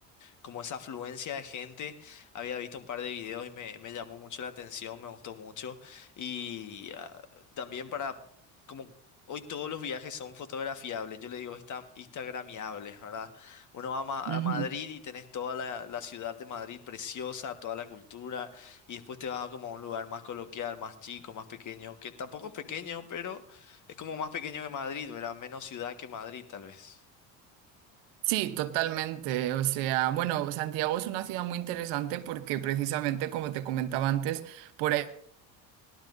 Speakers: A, on the left (about 45°); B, on the right (about 75°).
A: como esa afluencia de gente. Había visto un par de videos y me, me llamó mucho la atención, me gustó mucho. Y ah, también para, como hoy todos los viajes son fotografiables, yo le digo insta- instagramiables, ¿verdad? Uno va a, Ma-
B: Ujú.
A: a Madrid y tenés toda la, la ciudad de Madrid preciosa, toda la cultura, y después te vas a como a un lugar más coloquial, más chico, más pequeño, que tampoco es pequeño, pero es como más pequeño que Madrid, ¿verdad? Menos ciudad que Madrid, tal vez.
B: Sí, totalmente. O sea, bueno, Santiago es una ciudad muy interesante porque precisamente, como te comentaba antes, por ahí